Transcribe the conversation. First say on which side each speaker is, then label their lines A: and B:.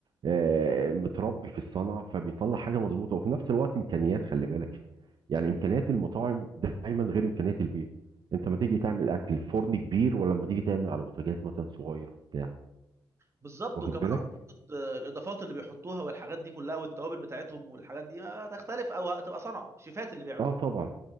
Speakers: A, on the right (about 60°); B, on the right (about 30°).
A: آه، متربي في الصنعه فبيطلع حاجه مظبوطه وفي نفس الوقت امكانيات خلي بالك يعني امكانيات المطاعم دايما غير امكانيات البيت انت ما تيجي تعمل اكل في فرن كبير ولا لما تيجي تعمل على بوتاجاز مثلا صغير وبتاع
B: بالظبط
A: واخد
B: وكمان
A: بالك
B: اعتقد آه، الاضافات اللي بيحطوها والحاجات دي كلها والتوابل بتاعتهم والحاجات دي هتختلف او هتبقى صنعه شيفات اللي بيعملوها
A: اه طبعا